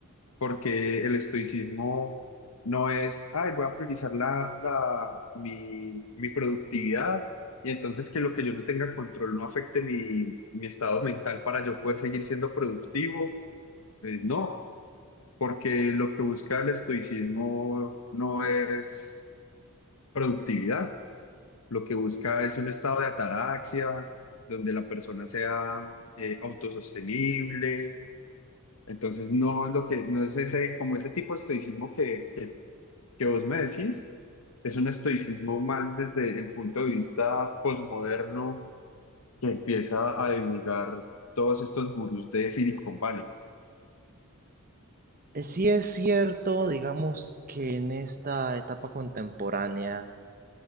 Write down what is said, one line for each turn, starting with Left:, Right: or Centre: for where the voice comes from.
Left: porque el estoicismo no es, ay, voy a priorizar la, la, mi, mi productividad y entonces que lo que yo no tenga control no afecte mi, mi estado mental para yo poder seguir siendo productivo. Eh, no, porque lo que busca el estoicismo no es productividad, lo que busca es un estado de ataraxia, donde la persona sea eh, autosostenible. Entonces, no es lo que, no es ese, como ese tipo de estoicismo que, que que vos me decís es un estoicismo más desde el punto de vista posmoderno que empieza a divulgar todos estos gurús de Silicon Valley.
Right: Eh, Sí es cierto, digamos que en esta etapa contemporánea